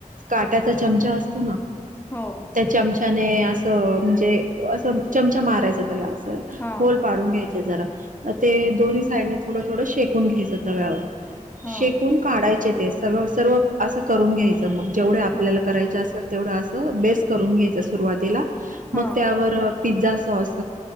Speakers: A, on the right; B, on the left.
A: काट्याचा चमचा असत
B: हो
A: त्या चमचाने असं म्हणजे असं चमचा मारायच त्याला
B: हा
A: ल पाडून घ्यायचे जरा ते
B: हम्म
A: दोन्ही साईड थोडं थोडं शेकून घ्यायचं तव्यावर
B: हां,
A: शेकून काढायचे तेस स सर्व असं करून घ्यायच मगे
B: हं,
A: आपल्याला करायच असेल तेवढं असं बेस करून घ्यायचं सुरुवातीला मग
B: हां,
A: त्यावर पिझ्झा साॉस